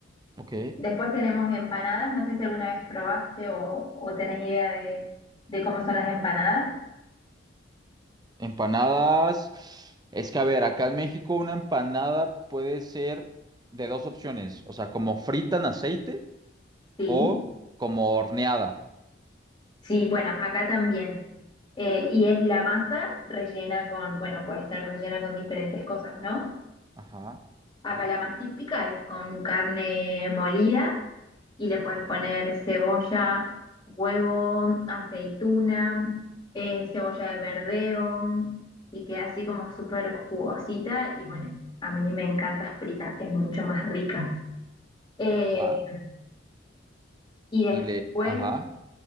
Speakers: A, on the right; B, on the left.
A: Ok.
B: Después tenemos empanadas, no sé si alguna vez probaste o, o tenés idea de de cómo son las empanadas.
A: Empanadas. Es que, a ver, acá en México una empanada puede ser de dos opciones. O sea, como frita en aceite
B: Sí.
A: o como horneada.
B: Sí, bueno, acá también. Eh, y es la masa rellena con, bueno, puede estar rellena con diferentes cosas, ¿no?
A: Ajá.
B: Acá la más típica es con carne molida y le puedes poner cebolla, huevo, aceituna, eh, cebolla de verdeo y queda así como súper jugosita y bueno, a mí me encanta frita, es mucho más rica. Eh,
A: Va.
B: y después,
A: Y le. Ajá.